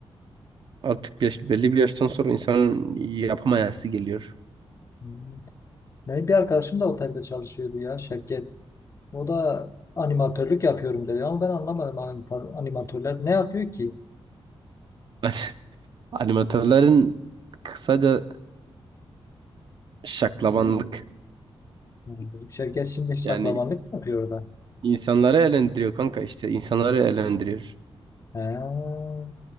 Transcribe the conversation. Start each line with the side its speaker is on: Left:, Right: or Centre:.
Right: artık yaş- belli bir yaştan sonra insanın yapamayası geliyor.
Left: hmm. Benim bir arkadaşım da otelde çalışıyordu ya Şevket. O da animatörlük yapıyorum dedi ama ben anlamadım anim- animatörler ne yapıyor ki?
Right: <laughs> Animatörlerin kısaca şaklabanlık
Left: Hmm, bizim Şevket şimdi şaklabanlık
Right: yani
Left: yapıyor orada.
Right: insanları eğlendiriyor kanka işte insanları eğlendiriyor.
Left: He,